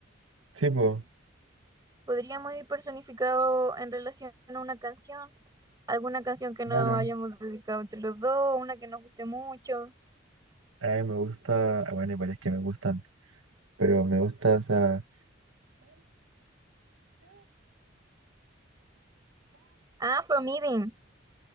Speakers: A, on the right; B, on the right.
A: sí, po,
B: Podríamos ir personificado en relación a una canción, alguna canción que nos
A: claro.
B: hayamos dedicado entre los dos, una que nos guste mucho.
A: A me gusta, ah, bueno, parece que me gustan, pero me gusta esa...
B: Ah, From Eden.